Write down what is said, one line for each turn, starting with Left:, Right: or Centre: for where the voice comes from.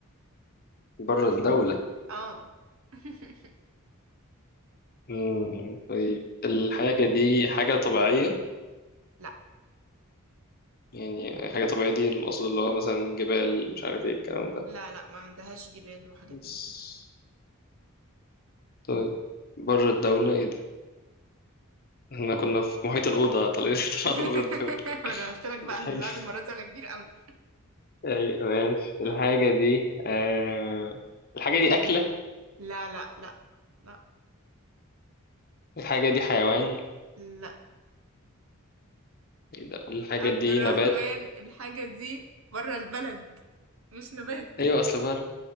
Left: بره الدولة
Right: اه <laughs>
Left: مم. طيب الحاجة دي حاجة طبيعية
Right: لا
Left: يعني حاجة طبيعية دي المقصود اللي هو مثلا جبال مش عارف ايه الكلام ده
Right: لا لا ما عندهاش جبال وحاجات
Left: بس
Right: من دي
Left: طيب بره الدولة ايه ده احنا كنا في محيط الأوضة طالعين <laughs>
Right: <laughs>
Left: طلعنا بره الدولة
Right: أنا قلت لك بقى
Left: الحاجة
Right: اللعب
Left: <laughs>
Right: المرة دي على كبير أوي
Left: أيوة ماشي
Right: لا
Left: الحاجة دي آه... الحاجة دي أكلة
Right: لا لا لا
Left: الحاجة دي حيوان
Right: لا
Left: إيه ده؟ الحاجة
Right: عبد
Left: دي
Right: الرحمن
Left: نبات
Right: الحاجة دي بره البلد مش نبات
Left: أيوة أصل بره